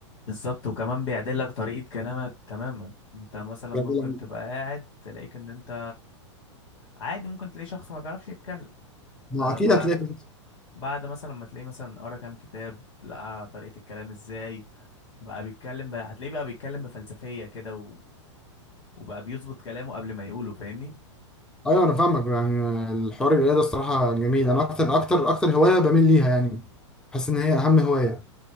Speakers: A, on the left; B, in the centre.
A: بالظبط وكمان بيعدل لك طريقة كلامك تماما انت مثلا
B: يعني
A: ممكن
B: لما-
A: تبقى قاعد تلاقيك ان انت عادي ممكن تلاقي شخص ما بيعرفش يتكلم
B: ما
A: آه
B: اكيد
A: بعد
B: هتلاقي
A: بعد مثلا ما تلاقيه مثلا قرا كام كتاب لقى طريقة الكلام ازاي بقى بيتكلم بقى هتلاقيه بقى بيتكلم بفلسفية كده و... وبقى بيظبط كلامه قبل ما يقوله فاهمني
B: ايوه انا فاهمك يعني الحوار القرايه ده الصراحه جميل انا اكتر اكتر اكتر هوايه بميل ليها يعني بحس ان هي اهم هوايه